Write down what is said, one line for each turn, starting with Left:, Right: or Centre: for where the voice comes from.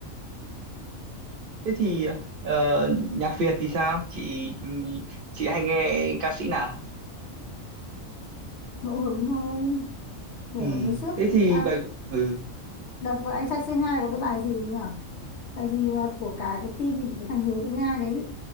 Right: Thế thì ờ, nhạc Việt thì sao? Chị chị hay nghe ca sĩ nào?
Left: ngẫu hứng thôi kiểu
Right: Ừ.
Left: với sức
Right: Thế thì
Left: à,
Right: bài ừ
Left: đợt vừa anh trai c hai có cái bài gì nhỉ Bài gì mà của cả cái team của cái thằng Hiếu thứ hai đấy